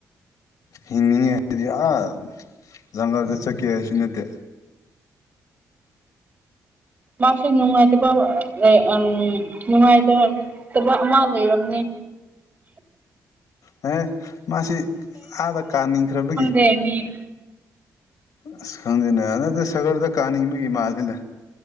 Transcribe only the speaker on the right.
ꯃꯥꯁꯦ ꯅꯨꯡꯉꯥꯏꯇꯕ ꯑꯦ ꯑꯝ ꯅꯨꯡꯉꯥꯏꯇꯕ ꯇꯕ ꯑꯃ ꯂꯩꯔꯝꯅꯤ
ꯇꯦꯅꯤ